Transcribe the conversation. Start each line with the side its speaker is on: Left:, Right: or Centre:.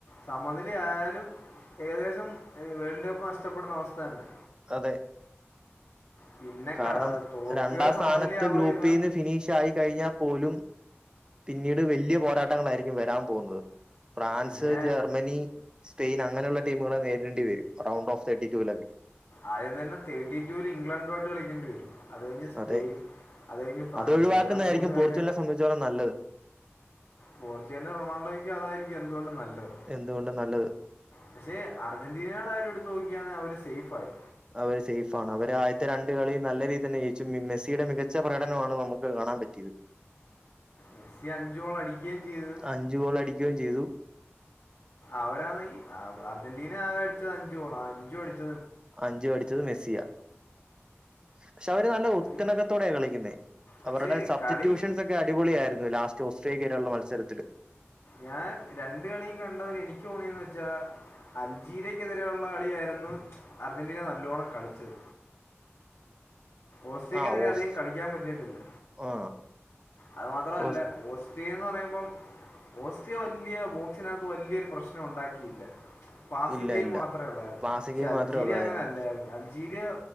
Left: സമനില ആയാലും ഏകദേശം വേൾഡ് കപ്പ് നഷ്ടപ്പെടുന്ന അവസ്ഥ തന്നെ
Right: അതെ
Left: പിന്നെ
Right: കാരണം
Left: ക- തോക്കുക
Right: രണ്ടാം
Left: സമനിലയാവുക
Right: സ്ഥാനത്ത് ഗ്രൂപ്പിൽ
Left: ചെയ്താ
Right: ഫിനിഷ് ആയി കഴിഞ്ഞാ പോലും പിന്നീട് വലിയ പോരാട്ടങ്ങളായിരിക്കും വരാൻ പോകുന്നത് ഫ്രാൻസ്
Left: പിന്നെ
Right: ജർമ്മനി സ്പെയിൻ അങ്ങനെയുള്ള ടീമുകളെ നേരിടേണ്ടി വരും റൗണ്ട് ഓഫ് തേർട്ടി ടു ലൊക്കേ
Left: ആദ്യം തന്നെ തേർട്ടി ടുവിൽ ഇംഗ്ലണ്ടുമായിട്ട് കളിക്കേണ്ടി വരും അത് കഴിഞ്ഞ് സ്പെയിൻ
Right: അതെ
Left: അത് കഴിഞ്ഞ് ഫ്രാൻസ്
Right: അതൊഴിവാക്കുന്നതായിരിക്കും
Left: ഇവരെ മൂന്ന് പേര്
Right: പോർച്ചുഗലിനെ സംബന്ധിച്ചോളം നല്ലത്
Left: പോർച്ചുഗാലിനും റൊണാൾഡോയ്ക്കും അതായിരിക്കും എന്തുകൊണ്ടണ്ട് നല്ലത്
Right: എന്തുകൊണ്ടും നല്ലത്
Left: പക്ഷെ അർജന്റീനയുടെ കാര്യം എടുത്ത് നോക്കിയാന്ന് അവര് സേഫായി
Right: അവര് സേഫാണ് അവര് ആദ്യത്തെ രണ്ട് കളി നല്ല രീതിൽ തന്നെ ജയിച്ചു മെസ്സിയുടെ മികച്ച പ്രകടനമാണ് നമുക്ക് കാണാൻ പറ്റിയത്
Left: മെസ്സി അഞ്ചോള അടിക്കുകയും ചെയ്ത്
Right: അഞ്ചു ഗോൾ അടിക്കുകയും ചെയ്തു
Left: അവരാണെങ്കിൽ അർജന്റീന ആകെ അടിച്ചത് അഞ്ച് ഗോള അഞ്ചു അടിച്ച
Right: അഞ്ചു അടിച്ചത് മെസ്സിയ പക്ഷെ അവര് നല്ല ഒത്തിണക്കത്തോടെയാണ്
Left: ഈ
Right: കളിക്കുന്നത്
Left: പക്ഷേ
Right: അവരുടെ സബ്സ്റ്റിറ്റ്യൂഷൻസ്
Left: കളി
Right: ഒക്കെ അടിപൊളിയ ആായിരുന്നു ലാസ്റ്റ് ഓസ്ട്രേലിയയിലുള്ള മത്സരത്തില്.
Left: ഞാൻ രണ്ട്‌ കളിയും കണ്ടതില് എനിക്ക് തോന്നിയന്ന വെച്ചാ അൽജീരിയക്കെതിരെയുള്ള കളിയായിരുന്നു അർജന്റീന നല്ലോണ്ണം കളിച്ചത്. ഓസ്റ്റ്രിയക്കെതിരെ
Right: ആ ഓസ്
Left: അധികം കളിക്കാൻ പറ്റിയിട്ടില്ല.
Right: ആ
Left: അത് മാത്രല്ല
Right: ഓസ്
Left: ഓസ്ട്രിയ എന്ന് പറയുമ്പം ഓസ്ട്രിയ വല്യ ച്ചിനകത്ത് വല്യോരു പ്രശ്നം ഉണ്ടാക്കിയില്ല. പാസി
Right: ഇല്ല
Left: ഗെയിം
Right: ഇല്ല
Left: മാത്രേ ഉള്ളായിരുന്നു
Right: പാസിംഗ്
Left: പക്ഷെ
Right: ഗെയിം
Left: അൽജീരിയ
Right: മാത്രമേ ഉള്ളായിരുന്നു
Left: അങ്ങനെ അല്ലായിരുന്നു. അ ൾജീരിയ